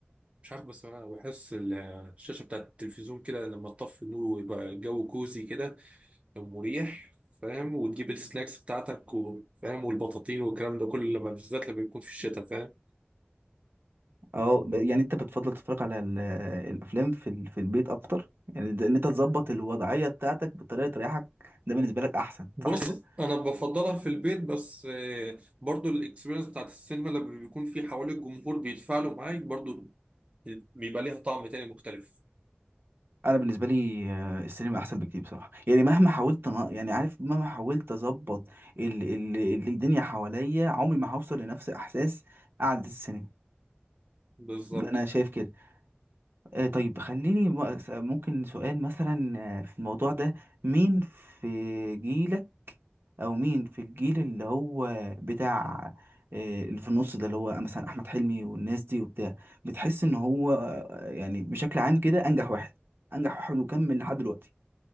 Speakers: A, on the right; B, on the right.
A: مش عارف بس أنا بحس ال- الشاشة بتاعت التلفزيون كده لما تطفي النور ويبقى الجو كوزي كده مريح فاهم وتجيب السناكس بتاعتك وفاهم والبطاطين والكلام ده كله لما بالذات لما يكون في الشتاء فاهم
B: أه ب- يعني أنت بتفضل تتفرج على ال- الأفلام في ال- في البيت أكتر يعني ده- إن أنت تظبط الوضعية بتاعتك بطريقة تريحك ده بالنسبة لك أحسن
A: بص
B: صح كده؟
A: انا بفضلها في البيت بس آه، برضو الاكسبيرينس بتاعت السينما لما بيكون في حوالي الجمهور بيتفاعلوا معاك برضو بيبقى ليها طعم تاني مختلف
B: أنا بالنسبة لي آه، السينما أحسن بكتير بصراحة يعني مهما حاولت أنا- يعني عارف مهما حاولت أظبط ال ال الدنيا حواليا عمري ما هوصل لنفس إحساس قعدة السينما
A: بالظبط
B: ده أنا شايف كده آه، طيب خليني بقى أس- ممكن سؤال مثلا آه، في الموضوع ده مين في جيلك او مين في الجيل اللي هو بتاع آه، اللي في النص ده اللي هو مثلا احمد حلمي والناس دي وبتاع بتحس ان هو آه، يعني بشكل عام كده انجح واحد انجح واحد وكمل لحد دلوقتي